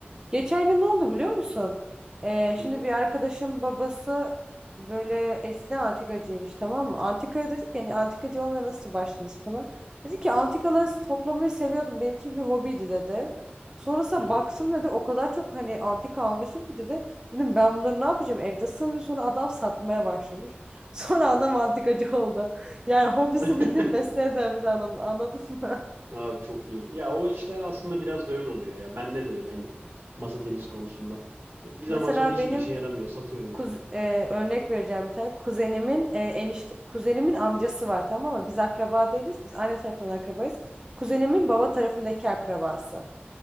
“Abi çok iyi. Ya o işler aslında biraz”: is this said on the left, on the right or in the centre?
Right